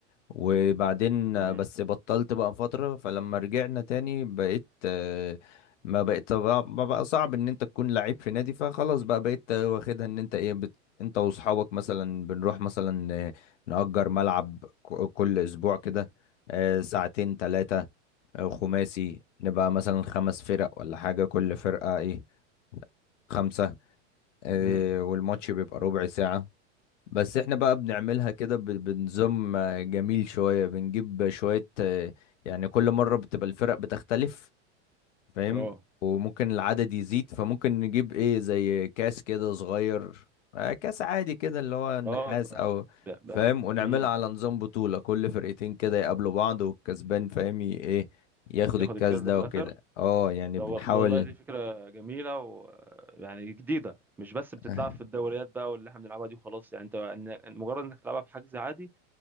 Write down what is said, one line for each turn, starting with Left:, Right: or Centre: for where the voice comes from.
Left: وبعدين
Centre: امم
Left: بس بطلت بقى فتره فلما رجعنا تاني بقيت آه، ما بقيت ما بقى صعب ان انت تكون لعيب في نادي فخلاص بقى بقيت واخدها ان انت ايه بت... انت واصحابك مثلا بنروح مثلا آه، نأجر ملعب ك- كل اسبوع كده آه، ساعتين ثلاثه خماسي نبقى مثلا خمس فرق ولا حاجه كل فرقه ايه خمسه آه،
Centre: امم
Left: والماتش بيبقى ربع ساعة بس احنا بقى بنعملها كده ب- بنظام آه، جميل شوية بنجيب شوية آه، يعني كل مرة بتبقى الفرق بتختلف فاهم
Centre: اه
Left: وممكن العدد يزيد فممكن نجيب ايه زي كاس كده صغير آه، كاس عادي كده اللي هو النحاس
Centre: اه ف
Left: او
Centre: ب- ب-
Left: فاهم ونعملها
Centre: امم
Left: على نظام بطولة كل فرقتين كده يقابلوا بعض والكسبان فاهم ي- ايه ياخد
Centre: ياخد
Left: الكاس
Centre: الكاس
Left: ده
Centre: ده في الاخر
Left: وكده اه يعني
Centre: ده
Left: بنحاول
Centre: وال- والله دي فكرة جميلة و يعني جديدة مش بس بتتلعب
Left: <laughs>
Centre: في الدوريات بقى واللي احنا بنلعبها دي وخلاص يعني انت إن- مجرد انك تلعبها في حجز عادي